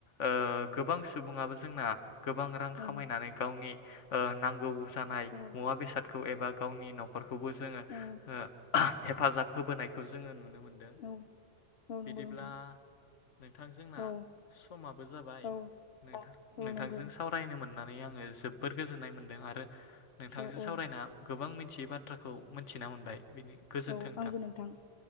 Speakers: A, on the left; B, on the left.
A: ओ गोबां सुबुङाबो जोंना गोबां रां
B: औ
A: खामायनानै गावनि ओ नांगौ जानाय
B: औ
A: मुवा बेसाद खौ एबा गावनि नखर खौबो जोङो
B: औ
A: हो हेफाजाब होबोनायखौ जोङो नुनो मोनदों।
B: औ औ
A: बिदिब्ला
B: नंगौ नोंथां
A: नोंथां जोड़ना
B: औ
A: समाबो जाबाय
B: औ
A: नों-नोंथांजों
B: औ नंगौ
A: सावरायनो मोन नानै आङो जोबबोर गोजोननाय मोन्दों आरो नोंथांजों
B: औ औ
A: सावरायना गोबां मि थियि बाथ्राखौ मोनथिना मोनबाय। बेनि गोजोन्थों
B: औ आंबो नोंथां